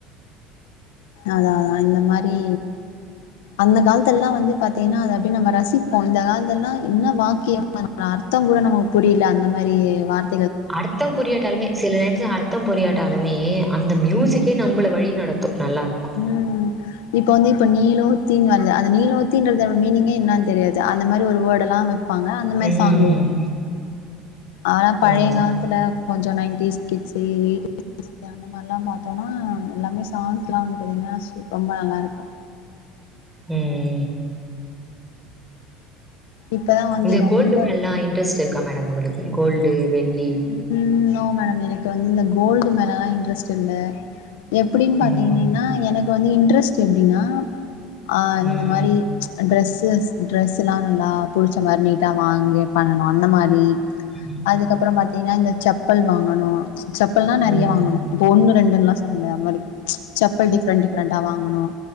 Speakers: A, on the left (about 85°); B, in the centre.
A: அதா அதா இந்த மாரி அந்த காலத்தெல்லா வந்து பாத்தீங்னா அது அப்டி நம்ம ரசிப்போ இந்த காலத்தெல்லா என்ன வாக்கியம் அதோட அர்த்தம் கூட நமக்கு புரில அந்த மாரி வார்
B: அர்த்தம் புரியாட்டாலுமே சில நேரத்துல அர்த்த புரியாட்டாலுமே அந்த மியூசிக்கே நம்மள வழி நடத்து நல்லா இருக்கு
A: உம் இப்ப வந்து இப்ப நீலோத்தின் வருது அந்த நீலோத் தின் <unintelligible> மீனிங்கே என்னன் தெரியாது அந்த மாரி ஒரு வேர்டுல்லா வைப்பாங்க அந்த மாதிரி
B: ம்
A: சாங் வரு ஆனா பழைய
B: ஆமா
A: காலத்ல கொஞ்சோ நைன்டிஸ் கிட்ஸ்சி எயிட் <unintelligible> அந்த மாதிரிலா பாத்தோம்னா எல்லாமே சாங்ஸ் எல்லா வந்து பாத்தீங்னா சு ரொம்ப நல்லாருக்கு
B: ம்
A: இப்பதா வந்து
B: இந்த
A: ரொம்ப
B: கோல்டு மேலல்லா இன்ட்ரெஸ்ட் இருக்கா மேடம் உங்களுக்கு கோல்டு வெள்ளி
A: ம்ம்ம் நோ மேடம் எனக்கு வந்து இந்த கோல்டு மேலல்லா இன்ட்ரெஸ்ட் இல்ல எப்டின்னு பாத்தீங்கன்னா
B: ம்
A: எனக்கு வந்து இன்ட்ரெஸ்ட் எப்டினா ஆ
B: ம்
A: இந்த மாதிரி ட்ரெஸ்ஸஸ் ட்ரெஸ் எல்லா நல்லா புடிச்ச மாரி நீட்டா வாங்கி பண்ணணு அந்த மாதி
B: ம்
A: அதுக்கப்புறம் பாத் திங்னா இந்த செப்பல் வாங்கணு செப்பல்லா நறைய
B: ம்
A: வாங்கணு இப்ப ஒன்னு ரெண்டு எல்லா செல்ல முடியாது அந்த மாரி செப்பல் டிஃப்ரெண்ட் டிஃப்ரெண்டா வாங்கணு